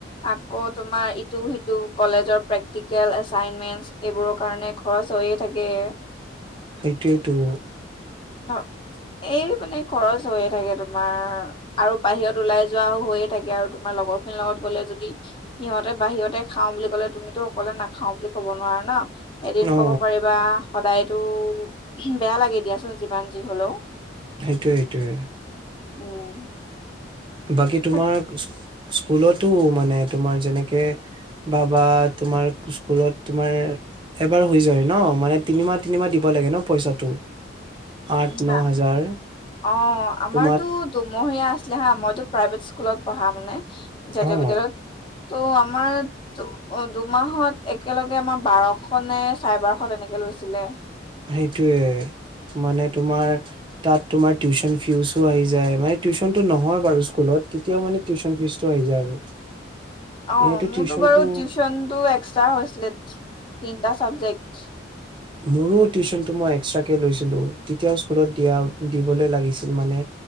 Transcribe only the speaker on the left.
আকৌ তোমাৰ ইটো সিটো কলেজৰ প্ৰেক্টিকেল এচাইনমেন্টচ এইবোৰৰ কাৰণে খৰচ হৈয়ে থাকে।
<unintelligible> এই মানে খৰচ হৈয়ে থাকে তোমাৰ আৰু বাহিৰত ওলাই যোৱাও হৈয়ে থাকে আৰু তোমাৰ লগৰ খিনিৰ লগত গ'লে যদি সিহঁতে বাহিৰতে খাওঁ বুলি ক'লে তুমিতো অকলে নাখাও বুলি কব নোৱাৰা না এদিন
ক'ব পাৰিবা সদায়তো বেয়া লাগে দিয়াচোন যিমান যি হলেওঁ।
উম
থাক
না
অ আমাৰতো
দুই মহীয়া আছিলে হা মইতো প্ৰাইভেট স্কুলত পঢ়া মানে জাতীয়
বিদ্য়ালয়ত ত আমাৰ দুমাহত একেলগে আমাৰ বাৰশ নে চাৰে বাৰশ তেনেকে লৈছিলে।
অ
মোৰতো
বাৰু টিউচনতটো এক্সটা হৈছিলে তিনটা চাবজেক্ট।